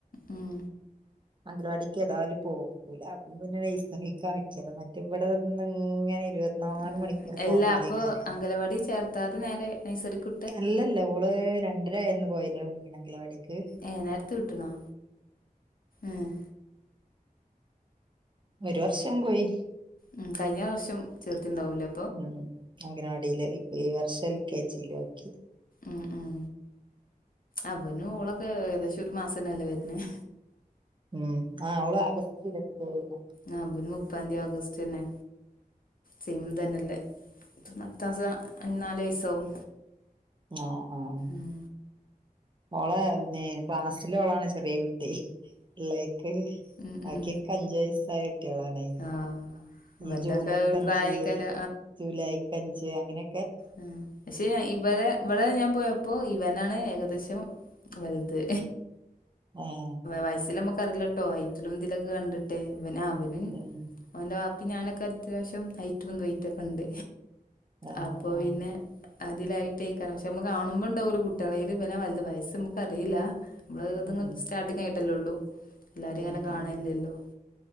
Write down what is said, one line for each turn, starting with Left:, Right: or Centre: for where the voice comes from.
Left: ഉം
Right: അംഗലവാടീക്കേതായാലും പോവൂല അപ്പപിന്നെ നേഴ്സറീക്കാകീത. മറ്റ ഇവിടെ വന്ന് ഇങ്ങനെ ഇരുപത്തിനാല്
Left: ഉം
Right: മണിക്കൂറും
Left: എല്ലാ
Right: ഫോണ്മ്മലെയ്ക്കാരം.
Left: അപ്പൊ അംഗലവാടി ചേർത്ത് ത്താതെ നേരെ നഴ്സറിക്ക്
Right: അല്ലല്ല ഓള് രണ്ടരായന്ന് പോയീന് അംഗലവാടിക്ക്
Left: ഏഹ് നേരത്ത് ട്ടണോ ഏഹ്
Right: ഒരു വർഷം പോയി
Left: ഉം കഴിഞ്ഞ വർഷം ചേർത്തിണ്ടാവുലേ
Right: ഉം അംഗനവാടീല് ഇപ്പൊ ഈ വർഷം എൽ കെ ജി ലും ആക്കി
Left: ആഹ് ആഹ് അപ്പം പിന്നെ ഓളൊക്കെ ഏകദേശം ഒരു മാസന്നല്ലേ വെര്ണത്
Right: ഉം ആഹ് അവള് ആഗസ്റ്റ് ഇരുപത്തി ഏഴ്നാ
Left: ആഹ് ഇബൻ മുപ്പാന്തിയ ഓഗസ്റ്റ് തന്നെ ചിന്തന്നെല്ല അട്ത്ത മാസം നാല് വയസാവും
Right: ആഹ് ആഹ്
Left: ഉം
Right: ഓള പിന്നെ ക്ലാസ്സില് ഓളാണ് ചെറിയ കുട്ടി ഇള്ളേക്ക്
Left: ഉം
Right: ബാക്കിയൊക്കേ
Left: ഉം
Right: അഞ്ചു വയസായ കുട്ട്യാളാണ്
Left: ആഹ് ഇവന്റൊക്കെ
Right: ഈ ജൂണ്ക്ക്
Left: ഒരു
Right: അഞ്ച്
Left: പ്രായക്കാര്
Right: ജൂലൈക്ക് അഞ്ച് അങ്ങനെ
Left: ആഹ് പക്ഷെ ഇവലെ ഇവടെ ഞാൻ പോയ പ്പോ ഇവനാണ് ഏകദേശം വൽത്
Right: ഏ
Left: വയസിലമ്മക്ക് റില്ലട്ടോ ഹൈറ്റിലും ഇതിലൊക്കെ കണ്ടിട്ടെ ഇവൻ ആ ഇവനും
Right: ഉം
Left: ഓന്റെ ബാപ്പി ഞാനൊക്കെ അത്യാവശ്യം ഹൈറ്റും വെയിറ്റൊക്കെണ്ട്
Right: ആ
Left: അപ്പൊ
Right: ആ
Left: പിന്നെ അതിലായിട്ടെയ്ക്കാരം പക്ഷെ നമ്മക്ക് കാണുമ്പോണ്ടാവല്ലോ കുട്ട്യാൾതീല് ബനാ വൽത് വയസ് നമുക്ക് അറീല്ല നമ്മള് ഇത്ങ്ങനെ
Right: ഉം
Left: സ്റ്റാർട്ടിങ് ആയിട്ടല്ലോള്ളു എല്ലാരേം
Right: ഉം
Left: ഇങ്ങനെ കാണലില്ലല്ലോ
Right: ഉം